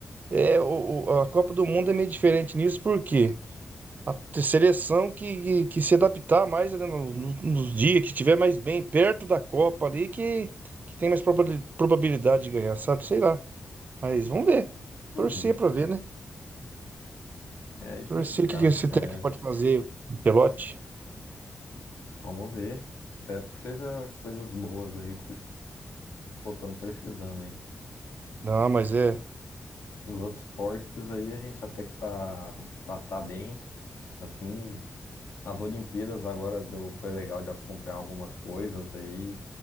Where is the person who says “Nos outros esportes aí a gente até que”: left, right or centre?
Left